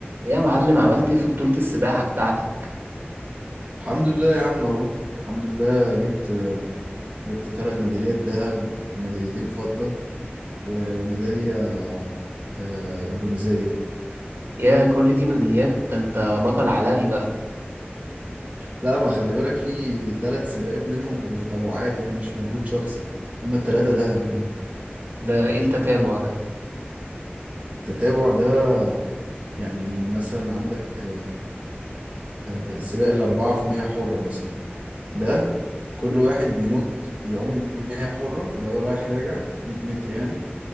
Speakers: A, on the right; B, on the right.
A: يا معلم عملت ايه في بطولة السباحة بتاعتك
B: الحمد لله يا عم اهو الحمد لله جبت جبت ثلاث ميداليات ذهب وميداليتين فضة و- وميدالية آه، برونزية
A: يا كل دي ميداليات ده انت بطل عالمي بقى
B: لا ما خلي بالك في ثلاث سباقات منهم كانوا تتابعات يعني مش مجهود شخصي هما الثلاثة ذهب دول
A: ده ايه التتابع ده
B: التتابع ده يعني مثلا عندك آه، سباق الأربعة في مية حرة مثلا ده كل واحد بينط يعوم 100 حرة اللي هو رايح راجع 100 متر يعني